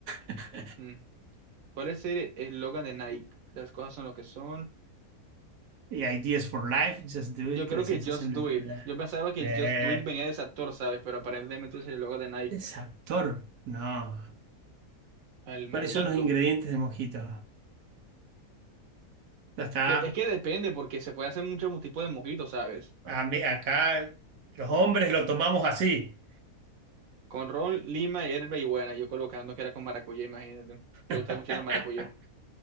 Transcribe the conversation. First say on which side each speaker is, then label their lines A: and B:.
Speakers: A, on the right (about 85°); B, on the right (about 65°).
A: <laughs>
B: Mm, ¿Cuál es el eslogan de Nike? Las cosas son lo que son.
A: Y Ideas for Life, Just Do
B: Yo
A: It,
B: creo
A: la sensación
B: que Just
A: de...
B: Do
A: volar.
B: It. Yo pensaba que
A: Yeah.
B: el Just Do It venía de ese actor, ¿sabes? Pero aparentemente es el eslogan de Nike.
A: Es actor. No.
B: El mojito.
A: ¿Cuáles son los ingredientes de mojito? Ya está.
B: De- es que depende, porque se puede hacer muchos tipos de mojitos, ¿sabes?
A: A mí- acá los hombres lo tomamos así.
B: Con ron, lima, hierba y buena. Yo colocando que era con maracuyá, imagínate.
A: <laughs>
B: Que gusta mucho era maracuyá.